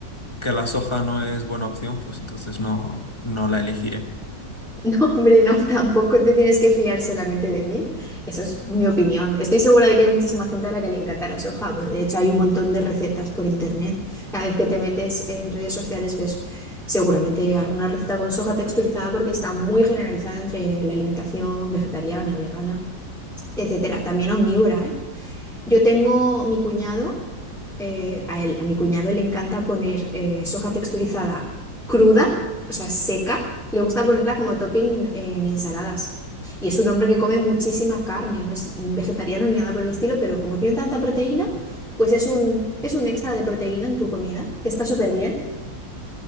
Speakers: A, on the left; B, in the centre.
A: que la soja no es buena opción, pues entonces no, no la elegiré.
B: <laughs> Hombre, no, tampoco te tienes que fiar solamente de mí. Eso es mi opinión. Estoy segura de que hay muchísima gente a la que le encantará soja. Bueno, de hecho, hay un montón de recetas por internet. Cada vez que te metes en redes sociales ves seguramente alguna receta con soja texturizada porque está muy generalizada entre la alimentación vegetariana, vegana, etcétera. También omnívora, ¿eh? Yo tengo mi cuñado, eh, a él, a mi cuñado le encanta poner eh, soja texturizada cruda, o sea, seca. Le gusta ponerla como topping en ensaladas. Y es un hombre que come muchísima carne, no es vegetariano ni nada por el estilo, pero como tiene tanta proteína, pues es un, es un extra de proteína en tu comida, que está súper bien.